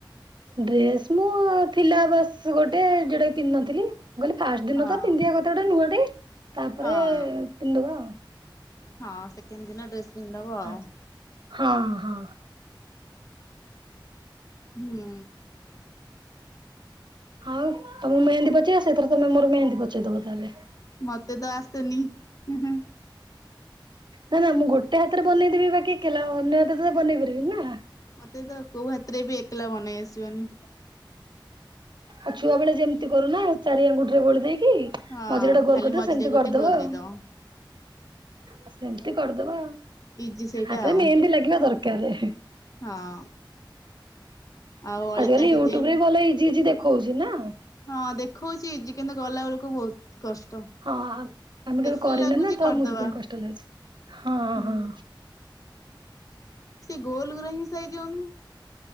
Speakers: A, on the right; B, on the left.
A: ଡ୍ରେସ ମୁଁ ଥିଲା ବାସ୍ ଗୋଟେ ଯୋଉଟାକି ପିନ୍ଧିନଥିଲି। କହିଲି ଫାଷ୍ଟ ଦିନ
B: ହଁ
A: ତ ପିନ୍ଧିବା କଥା ଗୋଟେ ନୂଆ ଟେ ତାପରେ
B: ହଁ
A: ପିିନ୍ଧିଦବ୍ବା ଆଉ।
B: ହଁ ସେକେଣ୍ଡ ଦିନ ଡ୍ରେସ ପିନ୍ଧିଦବ ଆଉ।
A: ଆଚ୍ଛା ହଁ ହଁ
B: ହୁଁ
A: ଆଉ ତମକୁ ମେହେନ୍ଦୀ ପଚେଇ ଆସେ। ଏଥର ତମେ ମୋର ମେହେନ୍ଦୀ ପଚେଇଦବ ତାହେଲେ।
B: ମୋତେ ତ ଆସେନି ହିଁ ହିଁ।
A: ନା ନା ମୁଁ ଗୋଟେ ହାତରେ ବନେଇଦେବି ବାକି କିଲା ଅନ୍ୟ ହାତରେ ତ ବନେଇ ପାରିବିନି ନା।
B: ମୋତେ ତ କୋଉ ହାତରେ ବି ଏକଲା ବନେଇ ଆସିବନି।
A: ଆଉ ଛୁଆ ବେଳେ ଯେମିତି କରୁନା ଚାରି ଆଙ୍ଗୁଠି ରେ ବୋଳି ଦେଇକି।
B: ହଁ
A: ମଝିରେ ଗୋଟେ ଗୋଲ
B: ଖାଲି
A: କରିଦବ
B: ମଝିରେ
A: ସେମିତି
B: ଗୋଟେ
A: କରିଦବ
B: ଗୋଲ
A: ଆଉ।
B: ଦେଇଦବ।
A: ଆ ସେମିତି କରିଦବା ଆଉ।
B: ଇଜି ସେଇଟା
A: ହାତେରେ
B: ଆଉ।
A: ମେହେନ୍ଦୀ ଲାଗିବା ଦରକାର ହଁ।
B: ହଁ ଆଉ ଅଳିତା
A: ଆଜିକାଲି
B: ଡିଜାଇନ
A: ୟୁଟୁବ ରେ ବି ଭଲ ଇଜି ଇଜି ଦେଖୋଉଛି ନା।
B: ହଁ ଦେଖୋଉଛି ଇଜି କିନ୍ତୁ କଲା ବେଳକୁ ବହୁତ କଷ୍ଟ।
A: ହଁ ଆ ଆମେ
B: ଦେଖିଲେ
A: କେବେ କରିନୁ
B: ଲାଗୁଛି
A: ନା ତ
B: କରିଦବା
A: ଆମକୁ ସେଥିପାଇଁ କଷ୍ଟ ଲାଗୁଛି। ହଁ
B: ହୁଁ।
A: ହଁ
B: ସେ ଗୋଲ ଗୁରା ହିଁ ସାଇଯାଉନି